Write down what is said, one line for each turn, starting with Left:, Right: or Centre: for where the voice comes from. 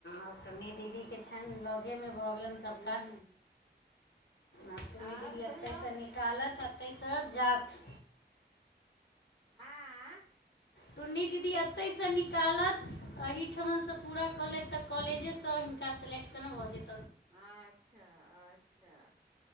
Left: अब नी दीदी के छन
Right: ह
Left: लगे मे भऽ गेल सभटा
Right: ह
Left: आब त
Right: आर
Left: नी दीदी
Right: कहियौ
Left: एतहिसँ निकालत एतयसँ जात
Right: आ
Left: टुन्नी दीदी एतयसँ निकालत एहिठमनसँ पूरा कऽ लेत तऽ कॉलेजे सँ ता सलेक्शन भऽ जेतै
Right: अच्छा अच्छा